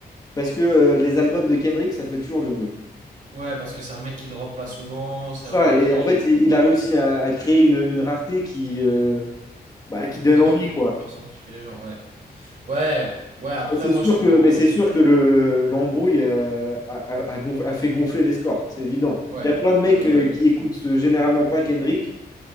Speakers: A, on the left (about 20°); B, on the right (about 50°).
A: Parce que euh, les albums de Kendrick, ça fait toujours du bruit.
B: Ouais, parce que c'est un mec qui drop pas souvent, c'est
A: C'est
B: un
A: Ça,
B: mec
A: et
B: qui,
A: en fait,
B: euh,
A: il, il a réussi à, à créer une, une rareté qui, euh, bah, qui donne
B: ouais,
A: envie,
B: qui fait
A: quoi.
B: forcément kiffer les gens, ouais. Ouais, ouais, après,
A: Et c'est
B: moi,
A: sûr
B: je trouve
A: que,
B: encore
A: mais c'est
B: une
A: sûr
B: fois.
A: que le, l'embrouille euh, a, a- a gonf- a fait gonfler les scores, c'est évident.
B: Ouais,
A: Il y a plein de mecs
B: ouais,
A: euh,
B: ouais,
A: qui écoutent euh, généralement pas Kendrick,